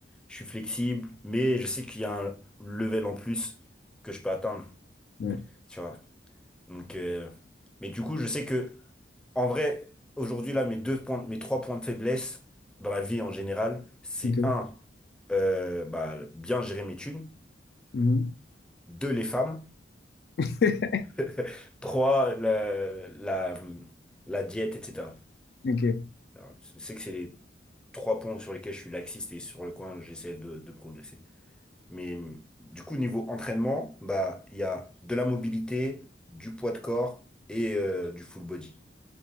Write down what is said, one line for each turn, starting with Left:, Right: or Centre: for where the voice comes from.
Centre: je suis flexible, mais je sais qu'il y a un level en plus que je peux atteindre,
Left: Ouais.
Centre: tu vois. Donc, euh, mais du coup, je sais que, en vrai, aujourd'hui, là, mes deux points, mes trois points de faiblesse dans la vie en général, c'est
Left: OK.
Centre: un, euh, bah, bien gérer mes thunes,
Left: Mhm.
Centre: deux, les femmes,
Left: <laughs>
Centre: <laughs> trois, la, la, la diète, etc.
Left: OK.
Centre: Alors, je sais que c'est les trois points sur lesquels je suis laxiste et sur le coin, j'essaie de, de progresser. Mais hum, du coup, niveau entraînement, bah, il y a de la mobilité, du poids de corps et euh, du full body.